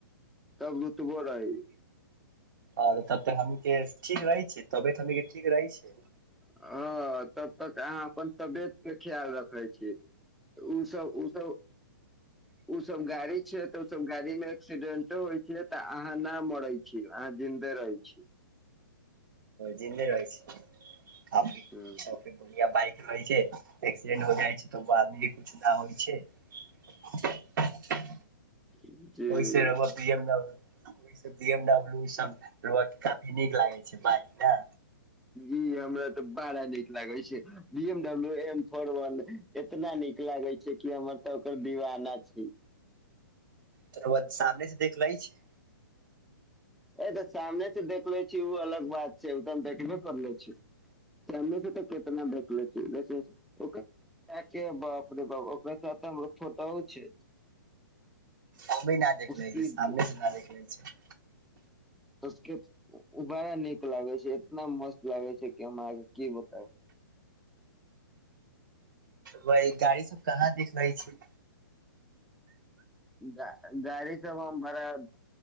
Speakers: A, in the centre; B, on the right.
A: तऽ रुतबो रही
B: ह तब तऽ हमी के ठीक रहै छै तब तऽ हमी के ठीक रहै छै
A: हँ तब तक अहाँ अपन तबियत के ख्याल रखै छी ओसभ ओसभ ओ सब गाड़ी छै तऽ ओ सब गाड़ी मे एक्सीडेंटो होइ छै तऽ अहाँ न मराई छी हँ जिन्दे रहै छी
B: जिन्दे रहे छी ओ
A: हँ
B: सभ बाइक क कहै छै एक्सीडेंट हो जाइ छै तऽ ओ आदमी के कुछ नहि होइ छै <inaudible>
A: जी
B: ओइ से एगो बीएमडब्ल्यू ओ सब बी एमडब्लू ई सब ल काफी नीक लागे छै बाइक ने
A: ई हमरा तऽ बड़ा नीक लागै छै B MW M four one इतना नीक लागे छै कि हमर तऽ ओकर दीवाना छै
B: त रौआ सामने से देखलै छी
A: अ तऽ सामने से देखले छी ओ अलग बात छै त हम देखबे करले छी सामने से तऽ केतना देखले छी लेकिन ओकरा के बाप रे बाप ओकरा साथ त हमर फोटोओ छै
B: हमे न देख
A: उसकी
B: ले छै सामने से न देखले छै
A: उसके उ बाड़ा नीक लागे छै एतना मस्त लागे छै कि हम आहाँ के की बताउ
B: वहि गाड़ी सब कहाँ दिखै छै
A: ग गाड़ी सब हम बरा